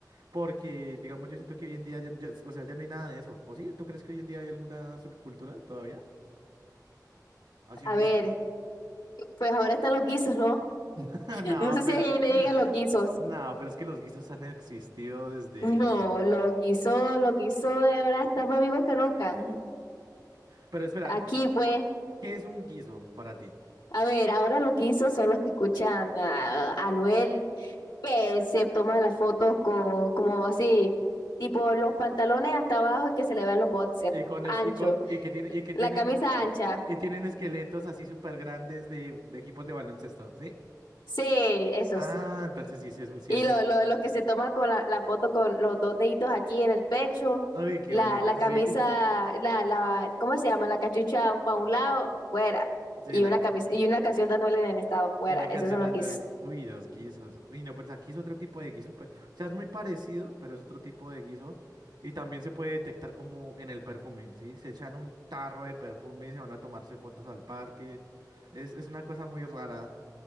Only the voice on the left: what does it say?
A
ver, pues ahora están los guisos, ¿no?
<laughs>
No sé si
ahí le digan los guisos.
No, lo quiso, lo quiso, ahora está más vivos que nunca.
Aquí, pues,
a ver, ahora lo quiso son los que escuchan a a Anuel, que se toma las fotos con, como así, tipo los pantalones hasta abajo y que se le vean los boxers,
ancho,
la camisa ancha,
sí, esos.
Y
lo, lo, lo que se toma con la, la foto con los dos deditos aquí en el pecho,
la,
la camisa,
la, la, ¿cómo se llama? La cachucha un pa' un lado, fuera.
Y
una camisa, y una canción de en el estado, fuera.
Esos son
los
que es.